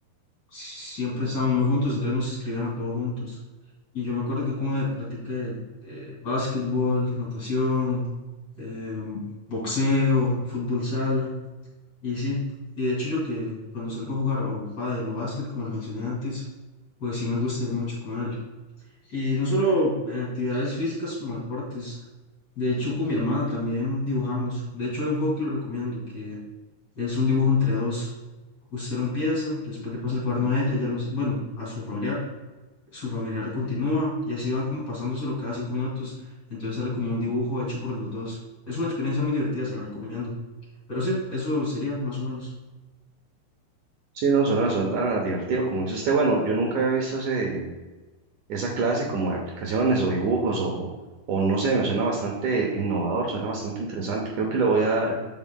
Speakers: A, on the left (about 35°); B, on the right (about 75°).
A: siempre estábamos muy juntos, entonces nos escribían a todos juntos. Y yo me acuerdo que con él practiqué eh, básquetbol, natación, eh, boxeo, fútbol sala, y sí. Y de hecho yo que cuando salgo a jugar o pádel o básquet, como le mencioné antes, pues sí me gusta ir mucho con él. Y no solo en actividades físicas como deportes, de hecho con mi hermana también dibujamos. De hecho hay un juego que lo recomiendo, que es un dibujo entre dos. Usted lo empieza, después le pasa el cuaderno a ella, ya los, bueno, a su familiar, su familiar continúa y así van como pasándoselo cada cinco minutos. Entonces sale como un dibujo hecho por los dos. Es una experiencia muy divertida, se la recomiendo. Pero sí, eso sería más o menos.
B: Sí, no, suena, suena divertido. Como dice usted, bueno, yo nunca había visto ese, esa clase como de aplicaciones o dibujos o, o no sé, me suena bastante innovador, suena bastante interesante. Creo que le voy a dar